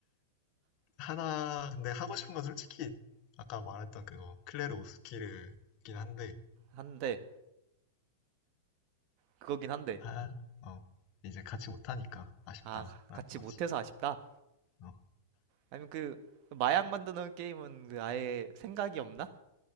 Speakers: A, on the left (about 45°); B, on the right (about 45°).
A: 하나, 근데 하고 싶은 건 솔직히 아까 말했던 그거 클레르 오스키르긴 한데,
B: 한데, 그거긴 한데,
A: 아, 어, 이제 같이 못하니까 아쉽다라는
B: 아, 같이
A: 거지.
B: 못해서 아쉽다.
A: 어.
B: 아니면 그, 마약 만드는 게임은 그 아예 생각이 없나?